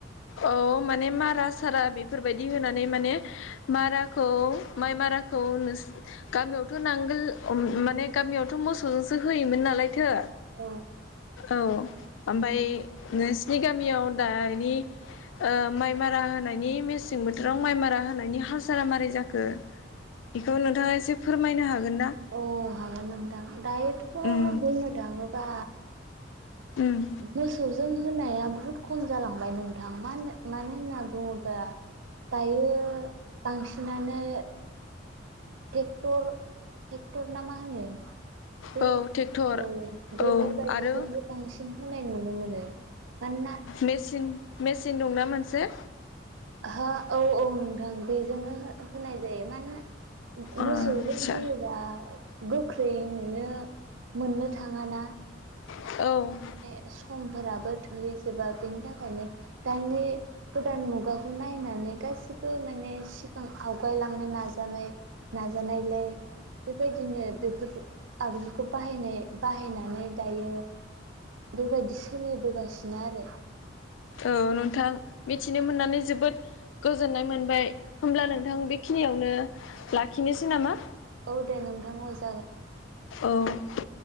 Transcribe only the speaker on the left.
औ माने मारा सारा बिफोरबायदि होनानै माने माराखौ माइ माराखौ नोंस गामियावथ' नांगोल माने गामियावथ' मोसौजोंसो होयोमोन नालायथो।
औ ओमफाय नोंसिनि गामियाव दानि ओ माइ मारा होनायनि मेसें बोथोराव माइ मारा होनायनि हास सारा मारै जाखो बेखौ नोंथाङा एसे फोरमायनो हागोन ना?
उम
उम
औ ट्रेक्टर
औ
आरो
मेसिन मेसिन दंना मोनसे
आतसा
औ।
औ नोंथां मिथिनो मोननानै जोबोद गोजोननाय मोनबाय होमब्ला नोंथां बेखिनियावनो लाखिनोसै नामा?
औ